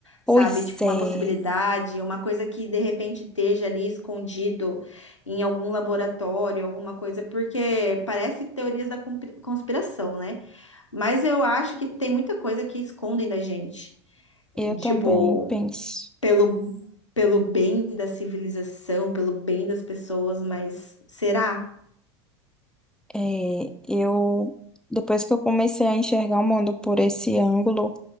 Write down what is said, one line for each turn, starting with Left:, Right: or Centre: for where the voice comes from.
Centre: Pois
Left: sabe? Tipo,
Centre: é,
Left: uma possibilidade, uma coisa que de repente esteja ali escondido em algum laboratório, alguma coisa, porque parece teorias da compri- conspiração, né? Mas eu acho que tem muita coisa que escondem da gente.
Centre: eu
Left: Tipo,
Centre: também penso.
Left: pelo, pelo bem da civilização, pelo bem das pessoas, mas será?
Centre: E Eu, depois que eu comecei a enxergar o mundo por esse ângulo,